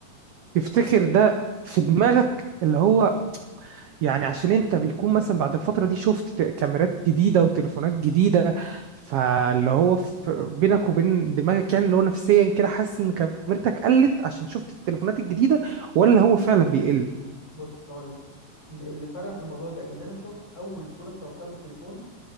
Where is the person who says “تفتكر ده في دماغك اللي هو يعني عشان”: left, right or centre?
Right